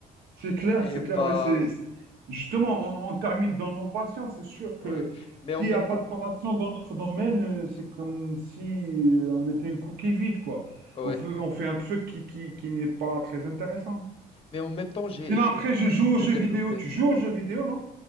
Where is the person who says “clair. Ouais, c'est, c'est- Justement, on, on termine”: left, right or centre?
Right